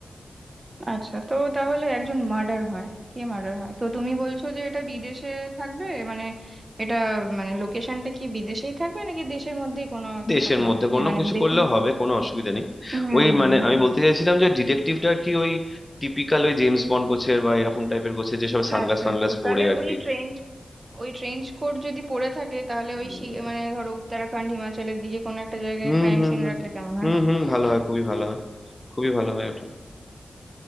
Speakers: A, on the right; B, on the left.
A: আচ্ছা তো তাহলে একজন মার্ডার হয় কে মার্ডার হয় তো তুমি বলছো যে এটা বিদেশে থাকবে মানে এটা মানে লোকেশনটা কি বিদেশেই থাকবে নাকি দেশের মধ্যেই কোনো
B: দেশের
A: কোথাও
B: মধ্যে কোনো
A: যে মানে
B: কিছু
A: বিদেশি
B: করলেও হবে কোনো অসুবিধা নেই
A: হুম
B: ওই
A: হুম
B: মানে
A: হুম
B: আমি বলতে চাইছিলাম যে ডিটেকটিভটা আর কি ওই টিপিক্যাল ওই জেমস বন্ড গোছের বা এরকম টাইপের গোছের যেসব সানগ্লাস
A: আচ্ছা
B: ফানগ্লাস
A: তো তাহলে
B: পরে আর
A: ওই
B: কি
A: ট্রেন ওই ট্রেঞ্চ কোট যদি পরে থাকে তাহলে
B: হুম
A: ওই শি- মানে ধরো উত্তরাখণ্ড হিমাচলের দিকে কোনো একটা জায়গায়
B: হুম
A: ক্রাইম
B: হুম
A: সিন রাখলে কেমন হয়
B: হুম হুম ভালো হয় খুবই ভালো হয় খুবই ভালো হয় ওটা